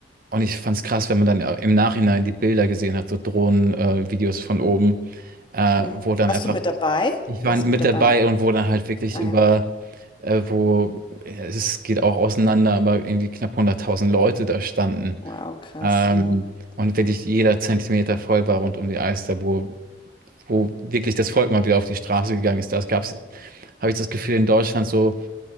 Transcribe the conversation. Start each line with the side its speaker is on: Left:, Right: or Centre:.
Right: und ich fand es krass, wenn man dann im Nachhinein die Bilder gesehen hat, so Drohnen-Videos äh, Videos von oben, äh,
Left: mhm.
Right: wo dann
Left: Warst
Right: einfach,
Left: du mit dabei?
Right: ich war
Left: Warst
Right: mit
Left: du mit dabei?
Right: dabei und wo dann halt wirklich
Left: Ah
Right: über,
Left: ja.
Right: äh, wo, ja, es geht auch auseinander, aber irgendwie knapp 100.000 Leute da standen.
Left: Wow, krass,
Right: Ähm,
Left: ja. Super.
Right: und wirklich jeder Zentimeter voll war rund um die Alster, wo, wo wirklich das Volk mal wieder auf die Straße gegangen ist. Das gab's, habe ich das Gefühl, in Deutschland so